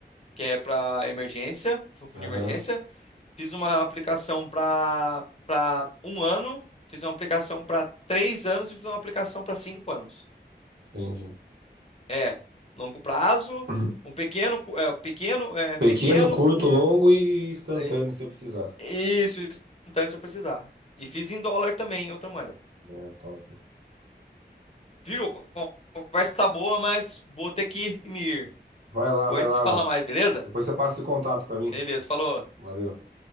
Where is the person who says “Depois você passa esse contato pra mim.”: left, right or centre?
Right